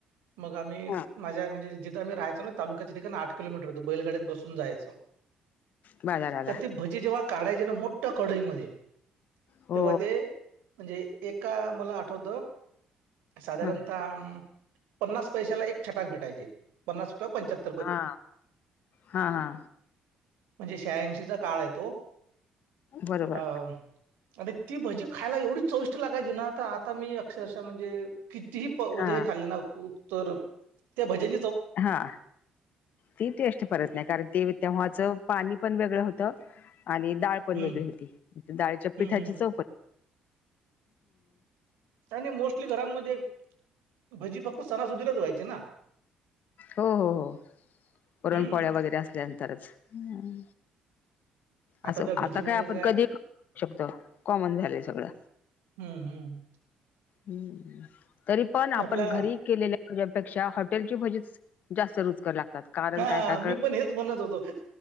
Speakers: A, on the right; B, on the left.
A: मग आम्ही,
B: हा
A: माझ्या म्हणजे जिथे आम्ही राहायचं ना ता तालूक्याच्या ठिकाणी आठ कीलोमीटर होत बैलगा बसून जायचं
B: बाजारला
A: तर ती भजी जेव्हा काढायचे ना मोठ कढईमध्येध्ये
B: हो
A: तेव्हा ते म्हणजे एका मला आठवत साधारणतः
B: हा
A: पन्नास पैशला एक छटक भेटयचे प्नास किंवा पंच्यात्तर
B: हा हा हा
A: म्हणजे शहाऐंशीचा काळ आहे तो
B: बरोबर
A: अ अरे ती भजी खायला एवढी चौविष्ट लागायची ना तर आता मी अक्षरशः म्हणजे कितीही म्हणजे
B: हा
A: हे खाल्ले ना तर त्या भज्यां
B: हा ती टेस्ट परत नाही कारण ते तेव्हाच पाणी पण वेगळं होतं आणि ाळ च
A: हम्म
B: वेगळी होती डाळीच्या
A: हम्म
B: पिठाची
A: हम्म
B: चौप
A: आणि मोस्टली घरांमध्ये भजी फक्त सणासुधरच व्हायचे ना
B: हो हो हो पुरण
A: हम्म
B: पोळ्या वगैरे असल्यानंतरच हम्म. असं
A: तर भजी
B: आता
A: म्हणजेच
B: काय आपण कधी करू शकतो कॉमन झाले सगळं
A: हम्म हम्म
B: हम्म तरी पण आपण
A: आपला
B: घरी केलेल्या त्या्यापेक्षा हॉटेलची भजीच जास्त रुचकर लागतात कारण
A: हा
B: काय काय कळत
A: मी पण हेच म्हणत होतो